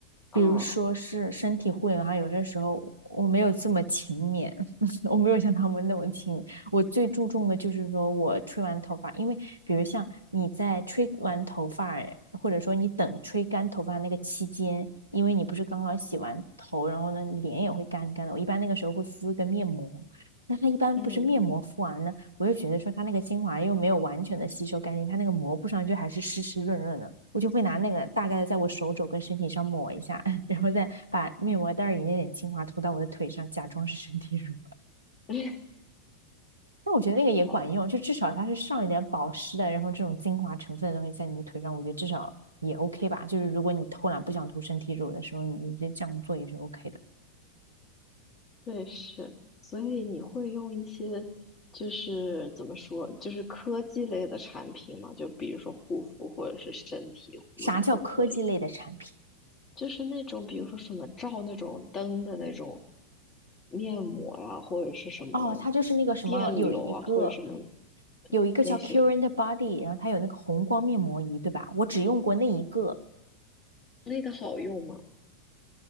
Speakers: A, on the left; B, on the right.
A: 啊，
B: 比如说是身体护理的话，有些时候我没有这么勤勉，<laughs> 我没有像他们那么勤勉。我最注重的就是说我吹完头发，因为比如像你在吹完头发，或者说你等吹干头发那个期间，因为你不是刚刚洗完头，然后呢，你脸也会干干的。我一般那个时候会敷一个面膜，那它一般不是面膜敷完呢，
A: 嗯，
B: 我就觉得说它那个精华又没有完全的吸收干净，它那个膜布上就还是湿湿润润的。我就会拿那个大概的在我手肘跟身体上抹一下，<laughs> 然后再把面膜袋里那点精华涂到我的腿上，假装是身体乳。
A: <laughs>
B: 那我觉得那个也管用，
A: 好的，
B: 就至少它是上一点保湿的，然后这种精华成分的东西在你的腿上，我觉得至少也 OK 吧。就是如果你偷懒不想涂身体乳的时候，你就这样做也是 OK 的。
A: 对，是，所以你会用一些，就是怎么说，就是科技类的产品嘛，就比如说护肤或者是身体护理都可以。
B: 啥叫科技类的产品？
A: 就是那种比如说什么照那种灯的那种面膜呀、或者是什么
B: 哦，它就是那个什么，
A: 电流啊，
B: 有一个
A: 或者什么
B: 有一个叫
A: 那些，
B: Cure n t Body，然后它有那个红光面膜仪，对吧？我只用过那一个，
A: 那个好用吗？